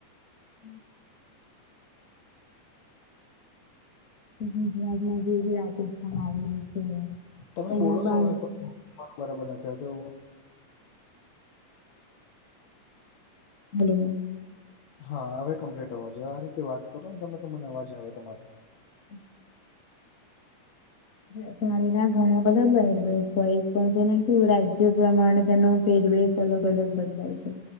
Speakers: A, on the left; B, on the left.
A: <inaudible> <unintelligible> ગુજરાતમાં જેવી રાજસ્થાન આવેલું છે.
B: તમે
A: એમાં
B: બોલો
A: બાંધણી
B: છો ને તો તમારું બરાબર નથી આવતો એવું,
A: <unintelligible>
B: હા હવે કમ્પ્લીટ અવાજ આયો. આ રીતે વાત કરો ને તમે તો મને અવાજ આવે તમારો.
A: <inaudible> શ ના ઘણા બધા પહેરવેશ હોય પણ તેને કેું રાજ્ય પ્રમાણે તેનો પેરવેશ અલગ અલગ બદલાય છે.